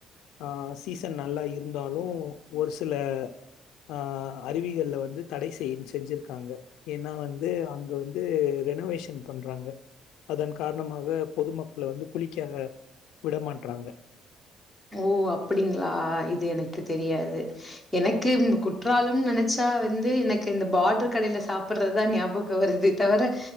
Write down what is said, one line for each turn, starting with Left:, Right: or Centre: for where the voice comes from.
Left: ஆ சீசன் நல்லா இருந்தாலும் ஒரு சில ஆ அருவிகள்ல வந்து தடை செய் செஞ்சிருக்காங்க ஏன்னா வந் து அங்க வந்து ரெனோவேஷன் பண்றாங்க அதன் காரணமாக பொதுமக்களை வந்து குளிக்காத விட மாட்டறாங்க
Centre: ஓ அப்படிங்களா இது எனக்கு தெரியாது எனக்கு குற்றாலம்னு நெனச்சா வந்து எனக்கு இந்த பார்டரு கடையில சாப்பிடுறதுதான் ஞாபகம் வருது தவிர